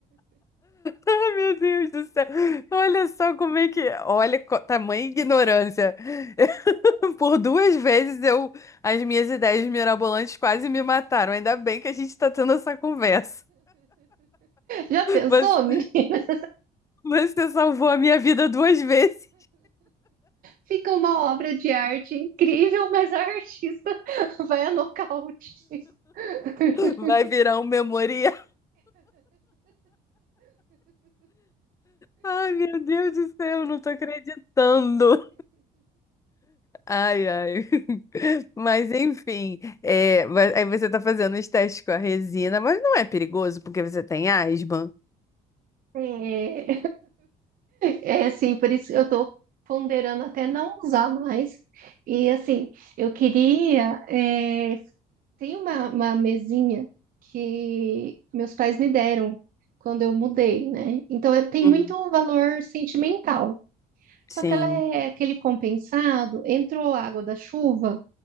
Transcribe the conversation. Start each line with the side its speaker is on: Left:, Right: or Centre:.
Left: Ai, meu Deus do céu. Olha só como é que. Olha, co- tamanha ignorância. <laughs> Por duas vezes eu... as minhas ideias mirabolantes quase me mataram. Ainda bem que a gente está tendo essa conversa.
Right: Já pensou,
Left: Você,
Right: menina?
Left: você salvou a minha vida duas vezes.
Right: Fica uma obra de arte incrível, mas a artista <laughs> vai a nocaute. <laughs>
Left: Vai virar um memorial. Ai, meu Deus do céu, não tô acreditando. Ai, ai. <laughs> Mas enfim, é, mas aí você tá fazendo os testes com a resina, mas não é perigoso porque você tem asma?
Right: É, é assim, por isso que eu tô ponderando até não usar mais. E assim, eu queria. é, tem uma, uma mesinha que meus pais me deram quando eu mudei, né? Então eu- tem
Left: Hum,
Right: muito valor sentimental. Só
Left: sim.
Right: que ela é aquele compensado, entrou água da chuva.